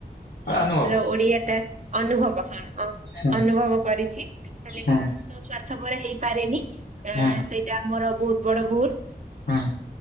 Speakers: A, on the left; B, on the right.
A: ଅନୁଭବ
B: ର ଓଡ଼ିଆ ଟା ଅନୁଭବ ହୁଁ ହଁ
A: ହୁଁ
B: ଅନୁଭବ କରିଛି, ତାଲେ
A: ହୁଁ
B: ମୁଁ ତ ସ୍ଵାର୍ଥ ପର ହେଇପାରେନି ଏ
A: ହୁଁ
B: ସେଇଟା ମୋର ବହୁତ୍ ବଡ଼ ଭୁଲ,
A: ହୁଁ